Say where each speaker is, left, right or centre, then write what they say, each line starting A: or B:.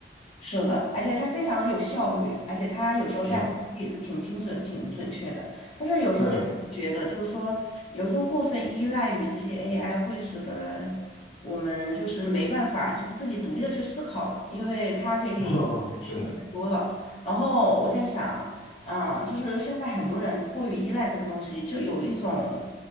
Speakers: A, on the left (about 35°); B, on the left (about 70°).
A: 是的，而且它非常的有效率，而且它有时候代码其实也是挺精准、
B: 真的。
A: 挺准确的。但是有时候你觉得，
B: 对，
A: 就是说，有时候过分依赖于这些 AI，会使得我们就是没办法，就是自己独立的去思考了，因为它给你机太多了。
B: <laughs> 嗯是的，
A: 然后我在想，嗯，就是现在很多人过于依赖这个东西，就有一种，